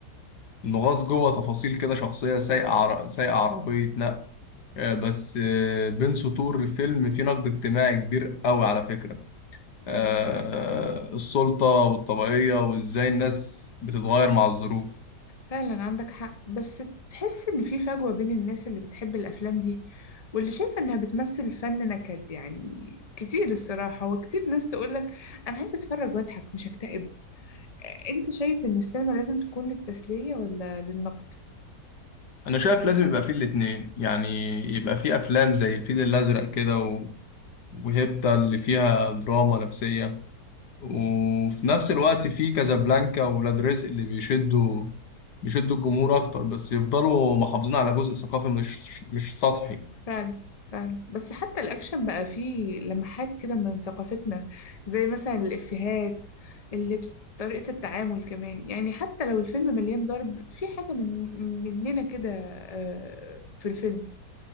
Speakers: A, on the left; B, on the left.
A: انه غاص جوه تفاصيل كده شخصيه سايقه عر... سايقه عربيه نقل آه، بس آه، بين سطور الفيلم في نقد اجتماعي كبير قوي على فكره
B: فاهمة؟
A: آه، السلطه والطبيعيه وازاي الناس بتتغير مع الظروف
B: فعلا عندك حق بس تحس إن في فجوة بين الناس اللي بتحب الأفلام دي واللي شايفة إنها بتمثل فن نكد يعني كتير الصراحة وكتير ناس تقولك أنا عايزة أتفرج وأضحك مش أكتئب أنت شايف إن السينما لازم تكون للتسلية ولا للنقد؟
A: انا شايف لازم يبقى فيه الاتنين يعني يبقى فيه افلام زي الفيل الازرق كده و... وهيبتا اللي فيها دراما نفسيه وفي نفس الوقت في كازابلانكا وولاد رزق اللي بيشدوا بيشدوا الجمهور اكتر بس يفضلوا محافظين على جزء ثقافي مش مش سطحي
B: فعلا فعلا بس حتى الأكشن بقى فيه لمحات كده من ثقافتنا زي مثلا الإفيهات اللبس طريقة التعامل كمان يعني حتى لو الفيلم مليان ضرب في حاجة من مننا كده آه، في الفيلم